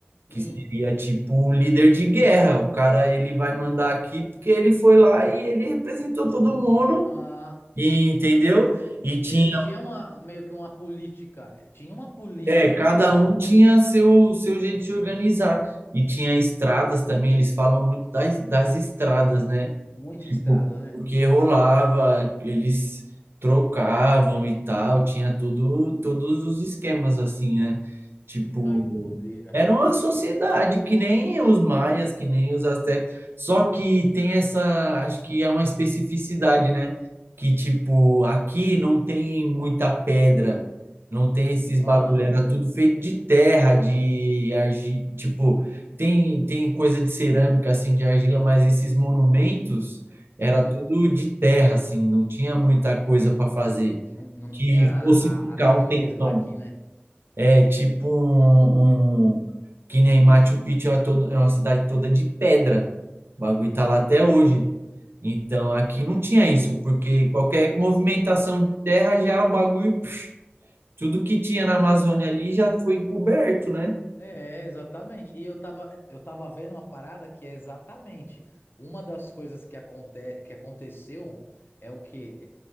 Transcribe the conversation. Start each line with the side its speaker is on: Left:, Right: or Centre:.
Right: que
Left: hum.
Right: seria tipo o líder de guerra. O cara ele vai mandar aqui porque ele foi lá e ele representou todo mundo,
Left: Ah,
Right: e, entendeu? E tinha,
Left: existia uma, meio que uma política. Tinha uma política
Right: é, cada
Left: local.
Right: um tinha seu seu jeito de se organizar. E tinha estradas também, eles falam muito das, das estradas, né?
Left: Muita
Right: Tipo,
Left: estrada, né?
Right: porque rolava, eles trocavam e tal, tinha tudo, todos os esquemas assim, né? Tipo,
Left: Que doideira.
Right: era uma sociedade que nem os maias, que nem os astecas, só que tem essa, acho que é uma especificidade, né? Que tipo, aqui não tem muita pedra, não tem esses
Left: Aham.
Right: bagulho, era tudo feito de terra, de argila, tipo, tem tem coisa de cerâmica assim, de argila, mas esses monumentos era
Left: Hum.
Right: tudo de terra, assim, não tinha muita coisa para fazer
Left: Não, não
Right: que
Left: tinha a,
Right: fosse ficar
Left: a natureza
Right: um tempão.
Left: daqui, né?
Right: É tipo um, um- que nem Machu Picchu é, todo, é uma cidade toda de pedra. O bagulho tá lá até hoje. Então aqui não tinha isso, porque qualquer movimentação de terra já é o bagulho, pf, tudo que tinha na Amazônia ali já foi encoberto, né?
Left: É, exatamente. E eu tava, eu tava vendo uma parada que é exatamente uma das coisas que, aconte, que aconteceu é o que